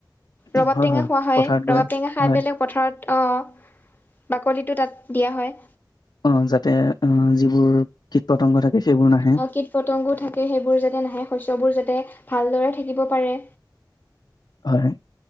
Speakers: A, on the left (about 25°); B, on the left (about 65°).
A: ৰবাব
B: হয়,
A: টেঙা খোৱা হয়
B: পথাৰত গৈ
A: ৰবাব টেঙা খাই
B: হয়
A: পেলাই পথাৰত অ' বাকলিটো তাত দিয়া হয়।
B: অ', যাতে অ', যিবোৰ কীট পতংগ থাকে সেইবোৰ নাহে
A: অ' কীট পতংগো থাকে সেইবোৰ যাতে নাহে শস্যবোৰ যাতে ভালদৰে থাকিব পাৰে।
B: হয়।